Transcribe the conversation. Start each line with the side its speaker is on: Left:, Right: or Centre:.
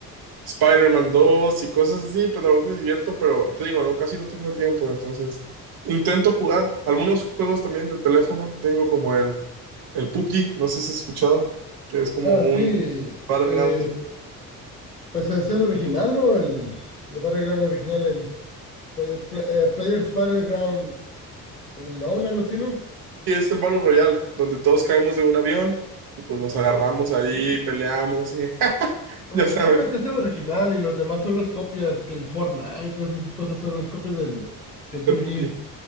Right: Spider-Man 2 y cosas así. Pues la verdad me divierto, pero te digo, no, casi no tengo tiempo. Entonces intento jugar. Algunos juegos también en el teléfono. Tengo como el, el PUBG, no sé si has escuchado, que es como
Left: Ah,
Right: un
Left: sí.
Right: Battleground.
Left: eh, pues es el original, ¿no? El, el Battleground original, el Player- Pla-
Right: Sí,
Left: eh, Players Battleground Unknown, algo así, ¿no?
Right: Y es el Battle Royale, donde todos caemos de un avión y pues nos agarramos ahí,
Left: Sí,
Right: peleamos y <laughs>
Left: Pues
Right: ya sabes,
Left: se supone que es el original y los demás son las copias, que el Fortnite, todas esas cosas son las copias del, del PUBG.
Right: el PUBG.